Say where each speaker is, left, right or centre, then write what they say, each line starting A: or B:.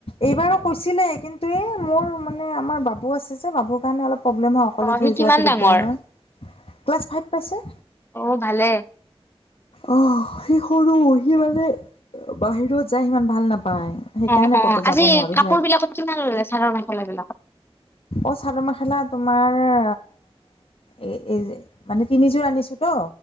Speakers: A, on the left; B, on the left.
A: এইবাৰো কৈছিলে কিন্তু এই মোৰ মানে আমাৰ বাবু আছে যে বাবুৰ কাৰণে অলপ প্ৰব্লেম হয় অকলে
B: অ সি
A: থৈ
B: কিমান
A: যোৱাটো
B: ডাঙৰ
A: দিগদাৰ হয় ক্লাছ ফাইভ পাইছে।
B: মোৰো ভালে।
A: অ সি সৰু সি মানে বাহিৰত যায় সিমান ভাল নাপায়। সেইকাৰণে
B: অ অ
A: ক'তো যাব
B: আজি
A: নোৱাৰোঁ
B: কাপোৰ বিলাকত কিমান ললে চাদৰ মেখলা বিলাকত
A: অঁ চাদৰ মেখেলা তোমাৰ অ এ এই যে মানে তিনিযোৰ আনিছো ত